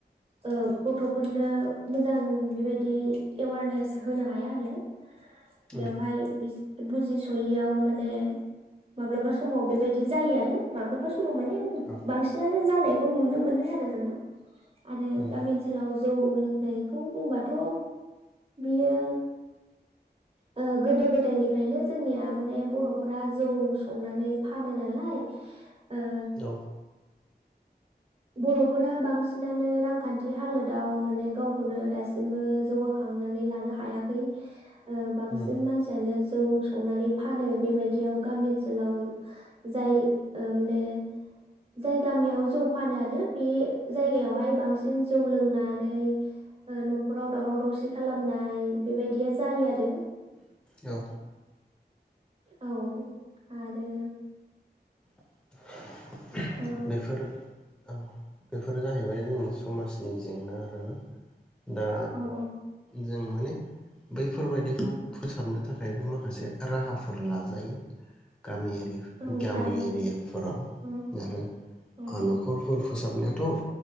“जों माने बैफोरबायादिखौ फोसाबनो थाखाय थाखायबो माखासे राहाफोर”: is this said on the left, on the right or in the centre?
Centre